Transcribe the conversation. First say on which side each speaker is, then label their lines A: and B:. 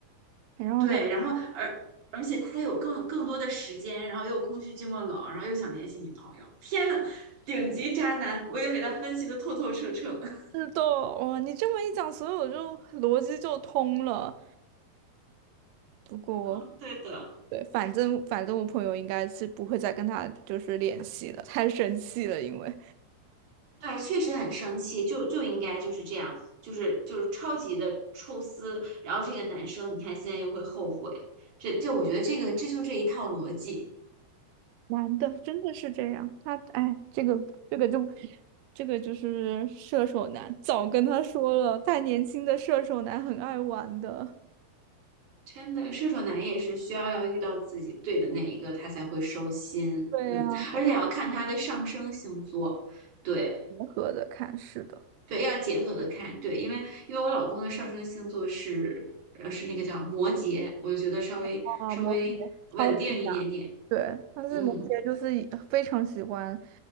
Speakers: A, on the right; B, on the right.
A: 然后他。
B: 对。然后而而且他有更更多的时间，然后又空虚、寂寞、冷，然后又想联系女朋友，顶级渣男，我已经给他分析的透透彻彻了 <laughs>
A: 是的，哇，你这么一讲，所以我就逻辑就通了。不过，
B: 嗯，对的。
A: 对，反正反正我朋友应该是不会再跟他就是联系了，太生气了，因为
B: 对，确实很生气，就就应该就是这样，就是就是超级的抽丝。然后这个男生，你看现在又会后悔，这这我觉得这个这就这一套逻辑，
A: 男的真的是这样，他哎，这个这个就这个就是射手男，早跟他说了，太年轻的射手男很爱玩的。
B: 真的射手男也是需要要遇到自己对的那一个，他才会收心。
A: 对呀、
B: 嗯，而且要看他的上升星座，对
A: 结合的看，是的。
B: 对，要结合的看，对，因为因为我老公的上升星座是呃是那个叫摩羯，我就觉得稍微稍微稳定一点点，
A: 啊，摩羯超。级。对，但是摩羯就是以非常喜欢，
B: 嗯。